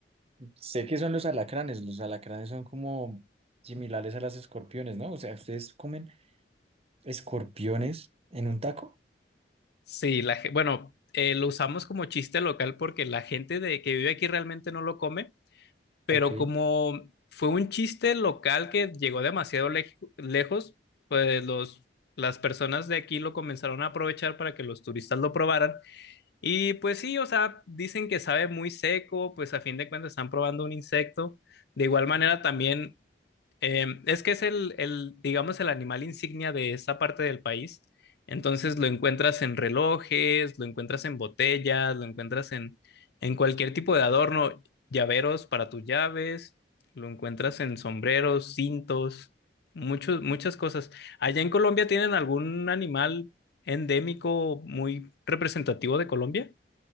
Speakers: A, on the right; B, on the left.
A: Sé que son los alacranes. Los alacranes son como similares a las escorpiones, ¿no? O sea, ¿ustedes comen escorpiones en un taco?
B: Sí, la, ge- bueno, eh, lo usamos como chiste local porque la gente de, que vive aquí realmente no lo come pero
A: Ok.
B: como fue un chiste local que llegó demasiado lej- lejos, pues los, las personas de aquí lo comenzaron a aprovechar para que los turistas lo probaran. Y pues sí, o sea, dicen que sabe muy seco, pues a fin de cuentas están probando un insecto. De igual manera también eh, es que es el, el, digamos, el animal insignia de esta parte del país. Entonces lo encuentras en relojes, lo encuentras en botellas, lo encuentras en, en cualquier tipo de adorno, llaveros para tus llaves, lo encuentras en sombreros, cintos, muchos, muchas cosas. ¿Allá en Colombia tienen algún animal endémico muy representativo de Colombia?